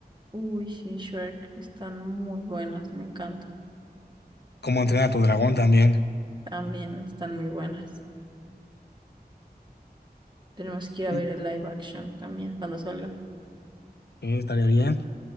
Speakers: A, on the right; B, on the left.
A: Uy, sí, Shrek están muy buenas, me encantan.
B: Cómo entrenar a tu dragón también.
A: También están muy buenas. Tenemos que ir a
B: Mm.
A: ver el live action también cuando salga.
B: eh, estaría bien.